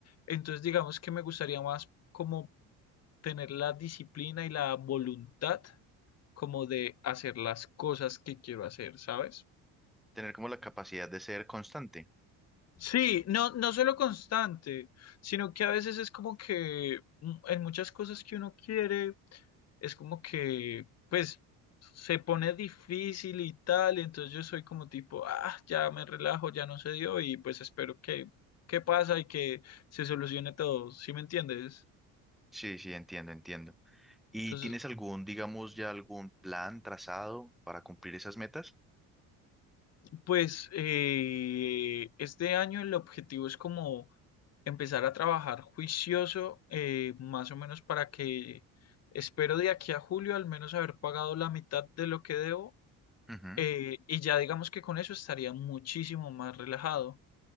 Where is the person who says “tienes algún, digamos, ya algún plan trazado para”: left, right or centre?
Centre